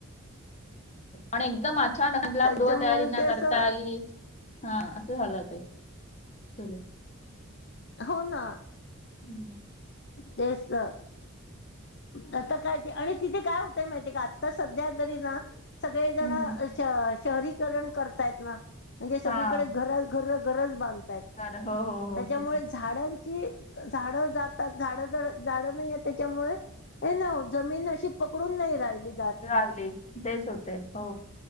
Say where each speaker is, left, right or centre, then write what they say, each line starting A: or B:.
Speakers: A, on the left (about 30°); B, on the left (about 50°).
A: आणि एकदम अचाानक आला
B: त्याच्यामुळे
A: पूर्व तयारी नाही
B: ते असं
A: करता आली. हा असं झालं ते सगळं.
B: हो ना
A: हं.
B: तेच आता काय ते आणि तिथे काय होतय माहितीय का आ. आता सध्या तरी ना, सगळे जणं
A: हम्म
B: शहरीकरण करतायत ना. म्हणजे सगळीकडे
A: हा
B: घर घर घरज बांधतायत,
A: झालं हो हो हो
B: त्याच्यामुळं
A: हो
B: झाडांची झाडं जातात, झाडं झाडं नाहीय त्याच्यामुळे अय ना ओ जमीन अशी पकडून नाही रायली जात.
A: जाते, तेच होतय, हो